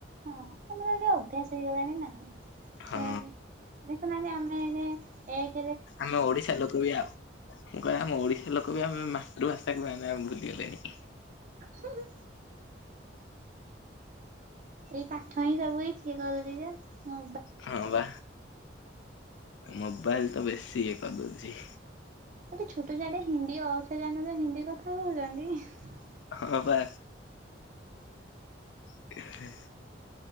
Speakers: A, on the right; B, on the left.
A: ହଁ, ଆମର ଏଟା ଅଭ୍ୟାସ ହେଇଗଲାଣି ନା,
B: ହଁ
A: ଏଁ ଦେଖୁନାହାଁନ୍ତି, ଆମେ ଏଇନେ ଏଗ,
B: ଆମେ ଓଡିଶା ଲୋକ ବି ଆପ୍ ମୁଁ, କହେ ଆମ ଓଡିଶା ଲୋକ ବି ଆମେ ମାତୃଭାଷା କୁ ଭୁଲିଗଲେଣି।
A: ହୁଁ, ହୁଁ। ଏଇ ପାଠ ହିଁ ସବୁ ଇକି କରୁଛି ଯେ, ମୁଁ
B: ହଁ, ବା। ମୋବାଇଲ୍ ତ ବେଶୀ ଇଏ କରିଦଉଛି।
A: ଗୋଟେ ଛୋଟ ଛୁଆଟେ, ହିନ୍ଦୀ ଅକ୍ଷ ଜାଣନଥିବେ, ହିନ୍ଦୀ କଥା କହୁଚନ୍ତି।
B: ହଁ, ପା। <inaudible>